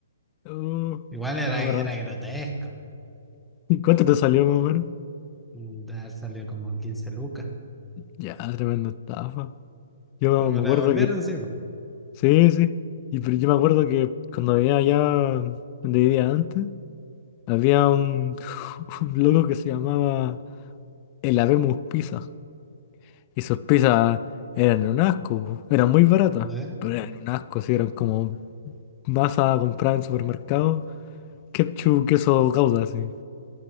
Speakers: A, on the left; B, in the centre.
A: Uh,
B: Igual era,
A: no,
B: era
A: pero
B: grotesco,
A: ¿y ¿cuánto te salió más o menos?
B: de haber salido como 15 lucas,
A: Ya, tremenda estafa. Yo
B: pero me
A: me
B: la
A: acuerdo
B: devolvieron,
A: que...
B: sí, pues.
A: Sí, sí. Y pero yo me acuerdo que cuando vivía allá donde vivía antes, Había un, <laughs> un loco que se llamaba el Habemus Pizza. Y sus pizzas eran un asco, po. Eran muy baratas,
B: ¿ya?
A: pero eran un asco, sí, eran como masa comprada en supermercado, ketchup, queso gouda, así.